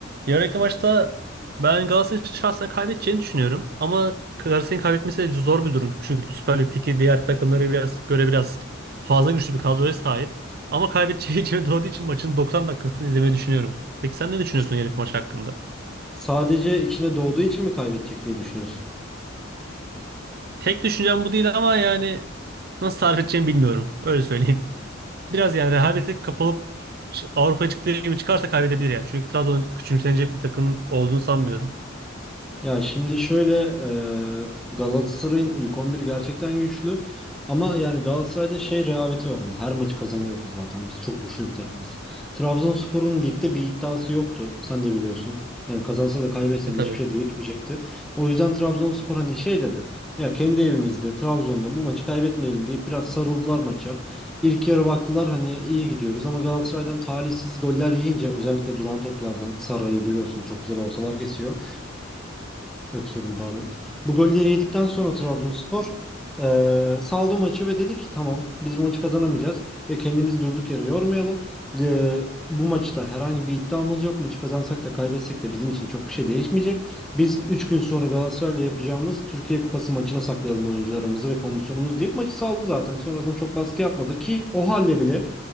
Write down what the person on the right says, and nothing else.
Yarınki maçta ben Galatasaray'ın şahsen kaybedeceğini düşünüyorum. Ama Galatasaray'ın kaybetmesi de zor bir durum. Çünkü Süper Lig'deki diğer takımlara biraz, göre biraz fazla güçlü bir kadroya sahip. Ama kaybedeceği <laughs> içine doğduğu için maçın 90 dakikasını izlemeyi düşünüyorum. Peki sen ne düşünüyorsun
yarınki maç hakkında?
Tek düşüncem bu değil ama yani nasıl tarif edeceğimi bilmiyorum. Öyle söyleyeyim. <laughs> Biraz yani rehavete kapılıp ç- Avrupa'ya çıktığı gibi çıkarsa kaybedebilir yani. Çünkü Trabzon'un küçümsenecek bir takım olduğunu sanmıyorum.
E tabii.